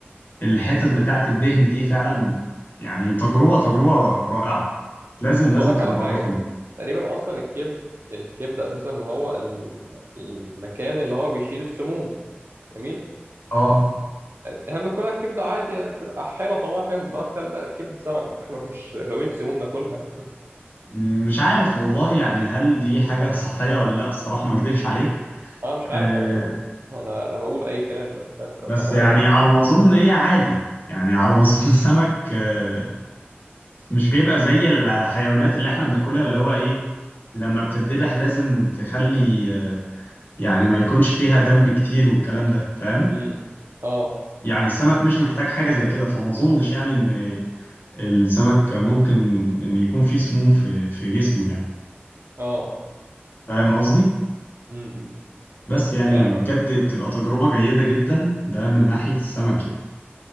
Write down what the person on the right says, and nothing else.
ما اظنش
اصل
أقول لك
على حاجه
تقريبا اصلا الكبد الكبد اساسا اللي هو ال- المكان اللي هو بيشيل السموم جميل
فاهم ناكلها الكبده عادي يعني بتبقى حلوه طعمها حلو لا تخيل بقى كبده سمك <laughs> ما احنا مش غاويين سموم ناكلها
انا مش عارف
انا كمان انا انا هقول اي كلام بس مش عارف
صح ولا
لا
امم اه
اه
امم
هي بقى